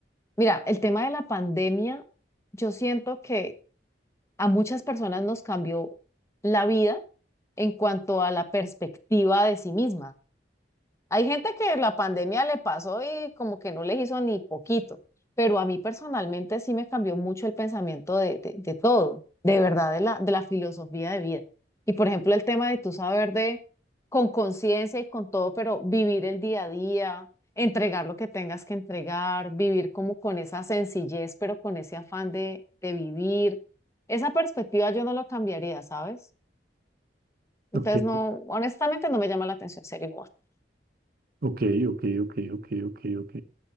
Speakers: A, on the left (about 15°); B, on the right (about 55°).
A: Mira, el tema de la pandemia, yo siento que a muchas personas nos cambió la vida en cuanto a la perspectiva de sí mismas. Hay gente que la pandemia le pasó y como que no les hizo ni poquito, pero a mí personalmente sí me cambió mucho el pensamiento de, de, de todo, de verdad, de la, de la filosofía de vida. Y por ejemplo, el tema de tu saber de con conciencia y con todo, pero vivir el día a día, entregar lo que tengas que entregar, vivir como con esa sencillez, pero con ese afán de, de vivir. Esa perspectiva yo no lo cambiaría, ¿sabes? Entonces,
B: Ok,
A: no, honestamente no me llama la atención ser igual.
B: ok, ok, ok, ok, ok, ok.